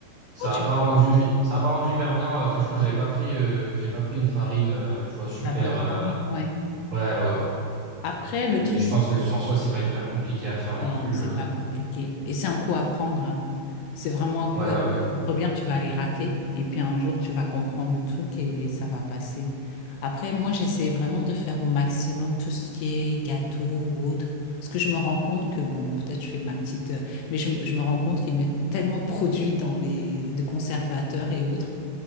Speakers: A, on the right; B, on the left.
A: Ça
B: Oh, tu
A: a pas
B: prends
A: rendu, ça a pas rendu hyper bien. Euh, franchement, j'avais pas pris, euh, j'ai pas pris une farine, euh, tu vois, super.
B: la bonne
A: euh,
B: farine, ouais.
A: ouais, ouais. ouais.
B: Après, le
A: Mais
B: truc,
A: je pense que en soi, c'est pas hyper compliqué à faire non
B: Non,
A: plus.
B: c'est
A: euh.
B: pas compliqué. Et c'est un coup à prendre, hein. C'est vraiment un coup
A: Ouais,
B: à prendre.
A: ouais,
B: Bien, tu vas les rater et puis un jour, tu vas comprendre le truc et, et ça va passer. Après, moi, j'essaie vraiment de faire au maximum tout ce qui est gâteau ou autre. Parce que je me rends compte que, bon, peut-être je fais ma petite... euh, mais je, me je me rends compte qu'ils mettent tellement de produits dans les... de conservateurs et autres.